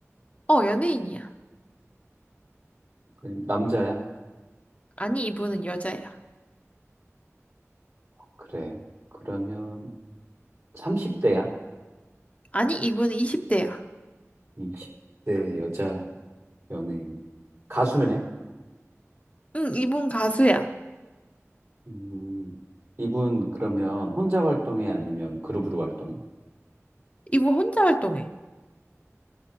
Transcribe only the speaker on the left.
어, 연예인이야.
아니, 이분은 여자야.
아니, 이분은 20대야.
응, 이분 가수야.
이분 혼자 활동해.